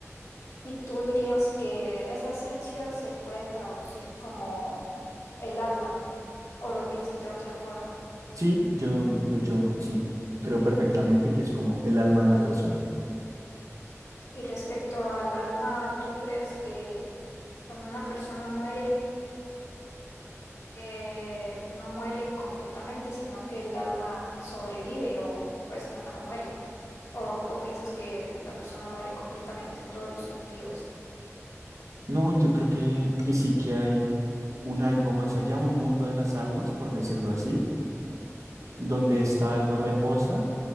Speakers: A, on the left; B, on the right.
A: ¿Y tú dirías que esa esencia se puede traducir como el alma o lo piensas de otra forma?
B: Sí, yo, de hecho, sí, creo perfectamente que es como el alma de la persona.
A: Y respecto al alma, ¿tú crees que cuando una persona muere, eh, no muere completamente, sino que el alma sobrevive o pues nunca muere? ¿O, o piensas que la persona muere completamente en todos los sentidos?
B: No, yo creo que, que sí que hay un algo más allá, un mundo de las almas, por decirlo así, donde esta alma reposa